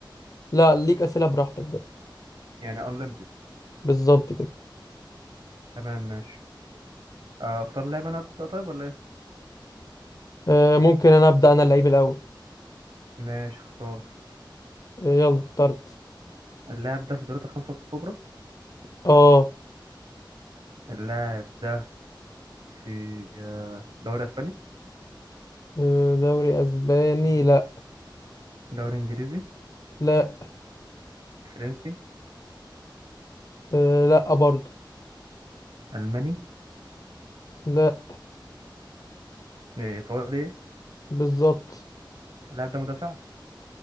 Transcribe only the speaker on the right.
يعني unlimited
تمام ماشي آه، اختار اللاعب انا ابدا طيب ولا ايه
ماشي اختار
اللاعب ده في دوري الخمسه الكبرى
اللاعب ده في آه، دوري اسباني
دوري انجليزي
فرنسي
الماني
آه، ايطالي
اللاعب ده مدافع